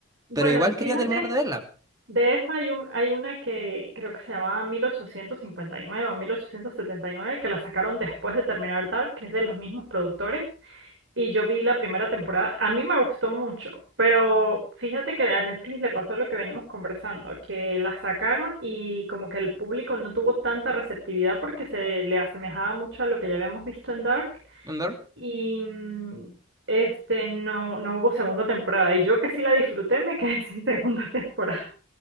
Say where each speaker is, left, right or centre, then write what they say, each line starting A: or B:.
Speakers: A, on the right; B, on the right.
A: Bueno,
B: pero igual
A: fíjate.
B: quería terminar de verla.
A: De esa hay, un, hay una que creo que se llamaba 1859 o 1879 que la sacaron después de terminar Dark, que es de los mismos productores. Y yo vi la primera temporada. A mí me gustó mucho, pero fíjate que a Netflix le pasó lo que venimos conversando, que la sacaron y como que el público no tuvo tanta receptividad porque se le asemejaba mucho a lo que ya habíamos visto en Dark.
B: ¿no?
A: Y mm, este, no, no hubo segunda temporada. Y yo que sí la disfruté, me quedé <laughs> sin segunda temporada.